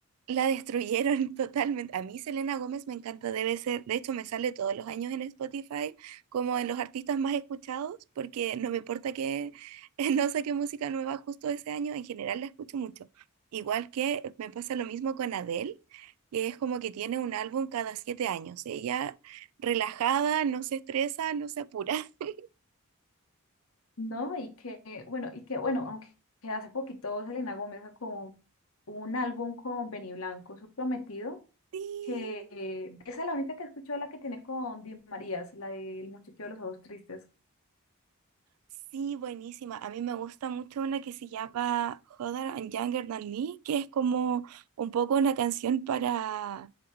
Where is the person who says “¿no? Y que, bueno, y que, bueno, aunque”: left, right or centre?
Left